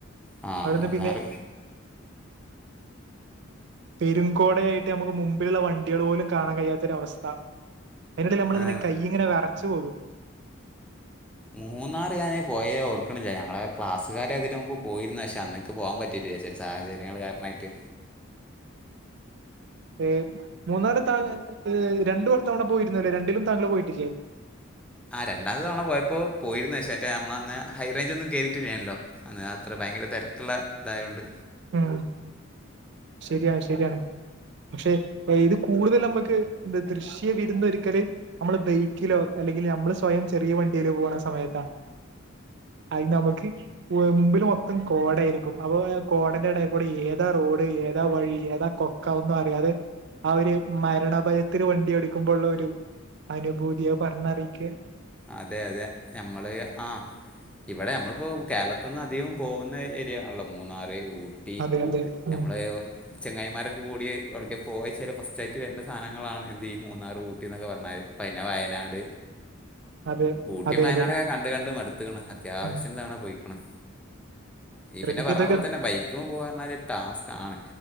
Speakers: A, in the centre; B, on the right.
A: ആ
B: അവിടുന്ന്
A: മൂന്നാർ
B: പിന്നെ പെരും കോടയായിട്ട് നമുക്ക് മുമ്പിലുള്ള വണ്ടികൾ പോലും കാണാൻ കഴിയാത്തൊരവസ്ഥ അയ്ന്റെടേൽ നമ്മളിങ്ങനെ
A: ആ
B: കൈ ഇങ്ങനെ വെറച്ചു പോകും
A: മൂന്നാറ് ഞാന് പോയെ ഓർക്കണില്ല ഞങ്ങളെ ക്ലാസ്സുകാരതിന് മുമ്പ് പോയിരുന്നു പക്ഷേ അന്ന് ഇക്ക് പോകാൻ പറ്റയിട്ടില്ല ചില സാഹചര്യങ്ങൾ കാരണായിട്ട്
B: ഏഹ് മൂന്നാറ് താ രണ്ടു തവണ പോയിരുന്നല്ലേ രണ്ടിലും താങ്കള് പോയിട്ടില്ലേ
A: ആഹ് രണ്ടാമത്തെ തവണ പോയപ്പോ പോയിരുന്നു പക്ഷെ മറ്റെ നമ്മളന്ന് ഹൈ റേഞ്ച് ഒന്നും കേറിയിട്ടില്ലയ്നേലൊ അന്ന് അത്ര ഭയങ്കര തെരക്കുള്ള ഇതായോണ്ട്
B: ഊം ശരിയാണ് ശരിയാണ് പക്ഷെ ഇത് കൂടുതൽ നമ്മക്ക് ദൃശ്യ വിരുന്നൊരുക്കല് നമ്മള് ബൈക്കിലോ അല്ലെങ്കിൽ നമ്മള് സ്വയം ചെറിയ വണ്ടിയില് പോണ സമയത്താണ് അയ് നമക്ക് മുമ്പില് മൊത്തം കോടയായിരിക്കും അപ്പൊ കോടന്റെ എടൽ കൂടെ ഏതാ റോഡ് ഏതാ വഴി ഏതാ കൊക്ക ഒന്നും അറിയാതെ ആ ഒരു മരണഭയത്തില് വണ്ടി ഓടിക്കുമ്പോള്ള ഒരു അനുഭൂതി അത് പറഞ്ഞറിയിക്ക
A: അതെ അതെ ഞമ്മള് ആഹ് ഇവടെ നമ്മളിപ്പം കേരളത്തിൽ നിന്ന് അധികം പോകുന്ന ഏരിയ ആണല്ലോ മൂന്നാറ് ഊ ട്ടി
B: അതെ അതെ ഉം
A: നമ്മളെയോ ചെങ്ങായിമാരൊക്കെ കൂടി എവിട്ക്ക പോയച്ചല് ഫസ്റ്റായിട്ട് വേണ്ട സാധനങ്ങളാണ് ഈ മൂന്നാറ് ഊട്ടി എന്നൊക്കെ പറഞ്ഞാല് പിന്നെ വയനാട്
B: അതെ
A: ഊട്ടിയും
B: അതെ
A: വയനാടൊക്കെ
B: അതെ
A: കണ്ട് കണ്ട് മടുത്ത്ക്കണു അത്യാവശ്യത്തിന്
B: ഉം
A: തവണ പോയിക്ക്ണ് ഇയ്യ്
B: ശ്രദ്ധിക്കതൊക്കെ
A: പിന്നെ പറഞ്ഞ പോലെ തന്നെ ബൈക്ക്മ്മെ പോകർഞ്ഞാല് ടാസ്ക് ആണ്